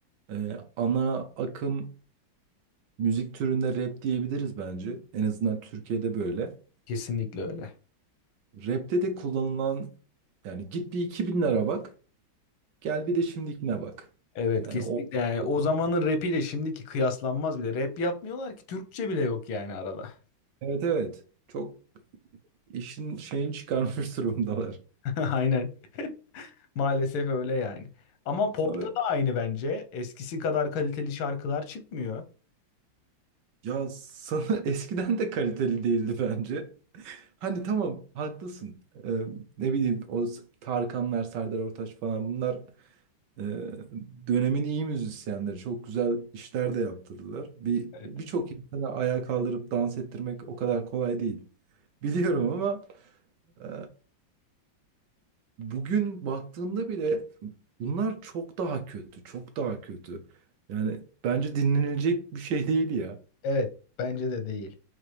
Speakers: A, on the right (about 70°); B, on the left (about 85°).
A: e, ana akım Müzik türünde rap diyebiliriz bence. En azından Türkiye'de böyle.
B: Kesinlikle öyle.
A: Rap'te de kullanılan yani git bir 2000'lere bak. Gel bir de şimdikine bak.
B: Evet
A: Yani
B: kesinlikle
A: o
B: yani
A: <laughs>
B: o zamanın rapiyle şimdiki kıyaslanmaz bile. Rap yapmıyorlar ki Türkçe bile yok yani arada.
A: evet evet. Çok işin şeyini çıkarmış <laughs> durumdalar.
B: <laughs> Aynen. Maalesef öyle yani. Ama popta
A: Abi,
B: da aynı bence. Eskisi kadar kaliteli şarkılar çıkmıyor.
A: Ya sana <laughs> eskiden de kaliteli değildi bence. Hani tamam haklısın. Ee, ne bileyim o S- Tarkanlar, Serdar Ortaç falan bunlar Ee, dönemin iyi müzisyenleri çok güzel işler de yaptırdılar. Bir
B: Evet.
A: birçok insanı ayağa kaldırıp dans ettirmek o kadar kolay değil. Biliyorum ama e, bugün baktığında bile bunlar çok daha kötü, çok daha kötü. Yani bence dinlenilecek bir şey değil ya.
B: Evet, bence de değil.